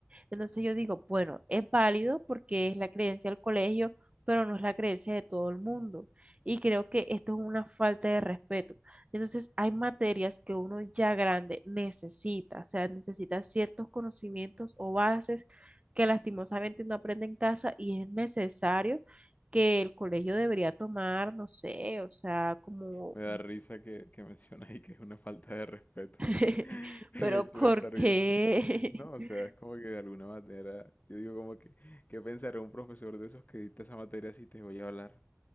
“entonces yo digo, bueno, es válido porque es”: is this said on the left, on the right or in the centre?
Right